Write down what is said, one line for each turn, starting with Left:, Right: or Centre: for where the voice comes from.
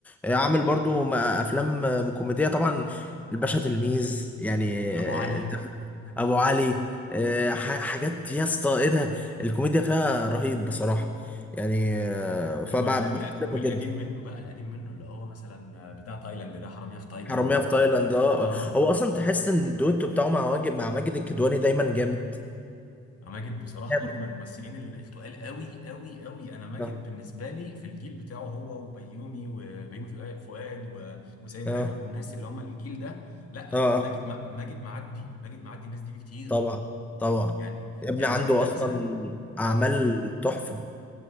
Centre: آه، عامل برضو م- افلام آه، كوميديه طبعا الباشا تلميذ يعني
Left: ابو
Centre: آه،
Left: علي
Centre: أنت فاهم؟ ابو علي آه، ح- حاجات يا اسطى ايه ده الكوميديا فيها رهيب بصراحه يعني آه، فبحترمه
Left: ولا ولا والقديم
Centre: جدا
Left: منه بقى القديم منه اللي هو مثلا بتاع تايلاند ده حرامية في تايلاند
Centre: حراميه في تايلاند اه
Left: اه
Centre: هو اصلا تحس ان الدويتو بتاعه مع واجد مع ماجد الكدواني دايما جامد
Left: ماجد بصراحة
Centre: جامد
Left: برضه من الممثلين ال- التقال قوي قوي قوي انا ماجد
Centre: اه
Left: بالنسبة لي في الجيل بتاعه هو وبيومي وبيومي فؤا- فؤاد و- وسيد
Centre: اه
Left: رجب والناس اللي هم الجيل ده لا
Centre: اه
Left: ماجد ما- ماجد معدي ماجد معدي الناس دي بكتير
Centre: طبعا طبعا
Left: يعني
Centre: يا ابني
Left: يعني
Centre: عنده
Left: ماجد ده
Centre: اصلا
Left: مثلا
Centre: اعمال
Left: اه
Centre: تحفه